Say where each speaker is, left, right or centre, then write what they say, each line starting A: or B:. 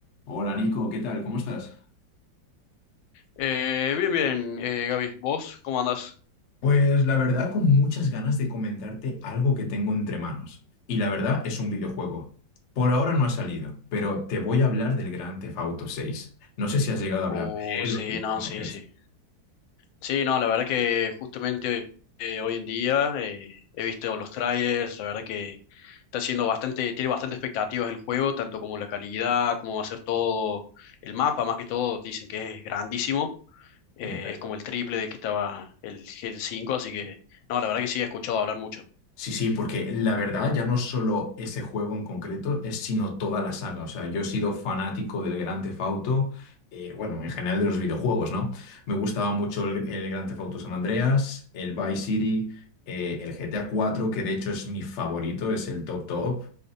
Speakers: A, on the left; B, on the left.
A: Hola Nico, ¿qué tal? ¿Cómo estás?
B: Eh, bien, bien, eh, Gaby, ¿vos cómo andás?
A: Pues la verdad, con muchas ganas de comentarte algo que tengo entre manos. Y la verdad es un videojuego. Por ahora no ha salido, pero te voy a hablar del Grand Theft Auto 6. No sé si has llegado a
B: Oh,
A: hablar de
B: sí,
A: él o si lo
B: no,
A: conoces.
B: sí, sí. Sí, no, la verdad que justamente eh, hoy en día eh, he visto los trailers, la verdad que está siendo bastante, tiene bastante expectativas el juego, tanto como la calidad, cómo va a ser todo, el mapa más que todo, dicen que es grandísimo, eh,
A: En efecto.
B: es como el triple de que estaba el g cinco así que no, la verdad que sí he escuchado hablar mucho.
A: Sí, sí, porque la verdad ya no es solo ese juego en concreto, es sino toda la saga. O sea, yo he sido fanático del Gran Theft Auto, eh, bueno, en general de los videojuegos, ¿no? Me gustaba mucho el, el Gran Theft Auto San Andreas, el Vice City, eh, el GTA cuatro que de hecho es mi favorito, es el top top,